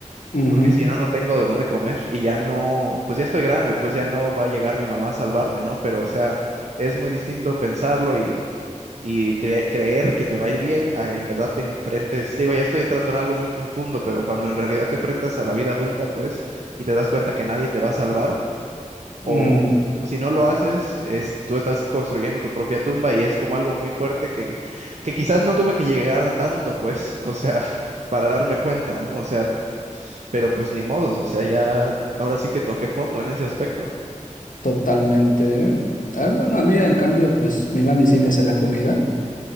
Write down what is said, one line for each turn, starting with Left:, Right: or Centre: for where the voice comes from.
Left: Ujú.
Right: porque si no, no tengo de dónde comer y ya no, pues ya estoy grande, pues ya no va a llegar mi mamá a salvarme, ¿no? Pero, o sea, es muy distinto pensarlo y, y cre- creer que te va a ir bien, a en verdad te enfrentes, digo, ya estoy entrando en algo muy profundo, pero cuando en realidad te enfrentas a la vida adulta, pues, y te das cuenta que nadie te va a salvar, o
Left: Mm,
Right: si no lo haces, es, tú estás construyendo tu propia tumba y es como algo muy fuerte que, que quizás no tuve que llegar a tanto, pues, o sea, <laughs> para darme cuenta, ¿no? O sea, pero pues ni modos, o sea, ya ahora sí que toqué fondo en ese aspecto.
Left: totalmente. Ah, Bueno, a mí en cambio, pues mi mami sí me hace la comida.